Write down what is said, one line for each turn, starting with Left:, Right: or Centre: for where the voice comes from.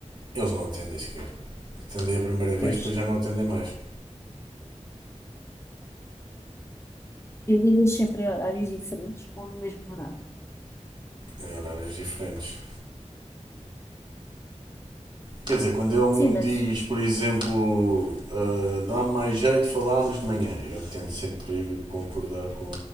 Right: Eles não atendem sequer. Atendem a primeira vez,
Left: Pois.
Right: depois já não atendem mais.
Left: E ligas sempre a horários diferentes ou no mesmo horário?
Right: Em horários diferentes. Quer dizer, quando eu um
Left: Sim, mas.
Right: diz, por exemplo, ah, dá-me mais jeito de falarmos de manhã, eu tento sempre concordar com